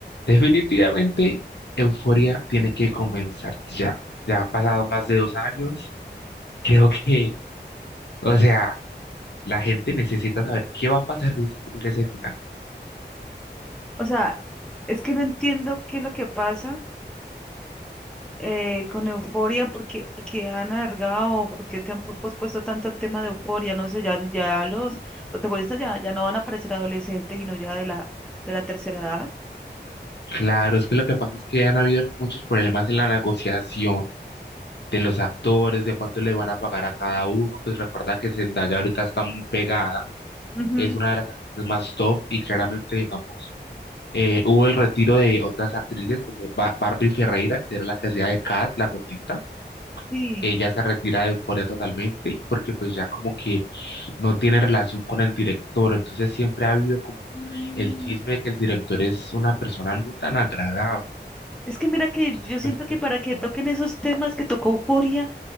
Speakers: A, on the left (about 70°); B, in the centre.
A: Definitivamente, Euforia tiene que comenzar ya. Ya han pasado más de dos años. Creo que, o sea, la gente necesita saber qué va a pasar des- de, ese final.
B: O sea, es que no entiendo qué es lo que pasa eh, con Euforia, <laughs> porque, porque han alargado, porque te han pro- pospuesto tanto el tema de Euforia, no sé, ya, ya los protagonistas ya, ya no van a parecer adolescentes, sino ya de la, de la tercera edad.
A: Claro, es que lo que pasa es que han habido muchos problemas en la negociación de los actores, de cuánto le van a pagar a cada uno. Pues recuerda que Zendaya ahorita está muy pegada.
B: Ujú,
A: Es una de las actrices más top y claramente, digamos, eh, hubo el retiro de otras actrices como Ba- Barbie Ferreira, que era la que hacía de Kat, la gordita
B: sí.
A: ella se retira de Euforia totalmente porque pues ya como que no tiene relación con el director, entonces siempre ha habido como
B: Mm,
A: el chisme de que el director es una persona no tan agradable.
B: Es que mira que
A: Eso
B: yo
A: fue
B: siento
A: lo que
B: que
A: pasó
B: para que toquen esos temas que tocó Euforia,